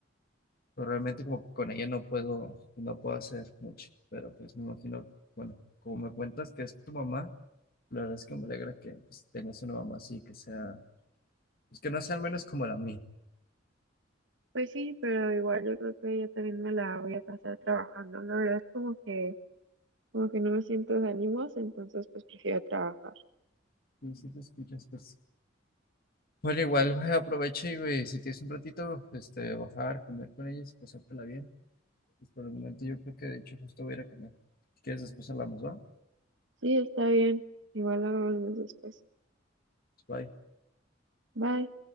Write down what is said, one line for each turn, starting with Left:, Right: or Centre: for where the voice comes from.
Left: pues realmente como que con ella no puedo, no puedo hacer mucho. Pero pues me imagino, bueno, como me cuentas que es tu mamá, la verdad es que me alegra que pues, tengas una mamá así, que sea, pues que no sea al menos como la mía.
Right: Pues sí, pero igual yo creo que yo también me la voy a pasar trabajando. La verdad como que, como que no me siento de ánimos, entonces pues prefiero trabajar.
Left: Y si te escuchas, pues Bueno, igual <laughs> aprovecha y güey, si tienes un ratito, este, bajar, comer con ellos y pasártela bien. Pues por el momento yo creo que de hecho justo voy a ir a comer. Si quieres después hablamos, ¿va?
Right: Sí, está bien. Igual hablamos después.
Left: Bye.
Right: Bye.